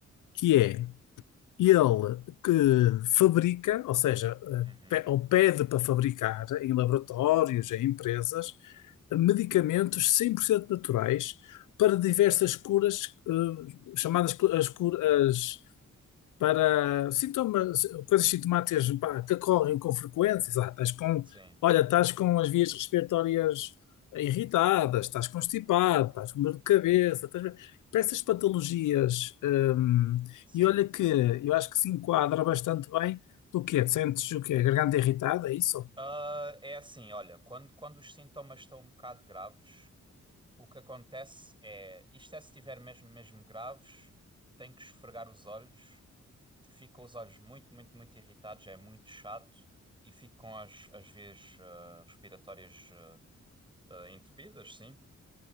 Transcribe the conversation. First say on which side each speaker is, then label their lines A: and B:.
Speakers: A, on the left; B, on the right.
A: que é ele que fabrica, ou seja, eh,
B: Uhum,
A: pe- ou pede para fabricar em laboratórios, em empresas, medicamentos 100% naturais para diversas curas, eh, chamadas cu- as curas para sintomas, coisas sintomáticas pá, que ocorrem com frequência, sei lá, estás com,
B: sim,
A: olha, estás com as vias respiratórias irritadas, estás constipado, estás com dor de cabeça, estás... para essas patologias, hum,
B: sim.
A: e olha que eu acho que se enquadra bastante bem do quê? Sentes o quê? Garganta irritada, é isso?
B: Ah, é assim, olha, quando, quando os sintomas estão um bocado graves, o que acontece é, isto é se estiver mesmo, mesmo graves, tem que esfregar os olhos, fica os olhos muito, muito, muito irritados, é muito chato e ficam as, as vias ah, respiratórias ah, ah, entupidas, sim.